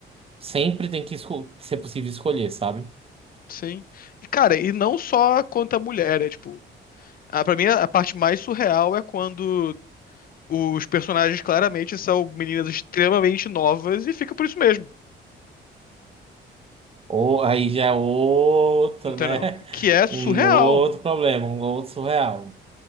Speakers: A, on the right; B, on the left.
A: Sempre tem que esco- ser possível escolher, sabe?
B: Sim. E, cara, e não só quanto a mulher, é tipo. A, pra mim, a parte mais surreal é quando os personagens claramente são meninas extremamente novas e fica por isso mesmo.
A: Ou aí já é outro,
B: Entendeu?
A: né?
B: Que é surreal.
A: Um outro problema, um outro surreal.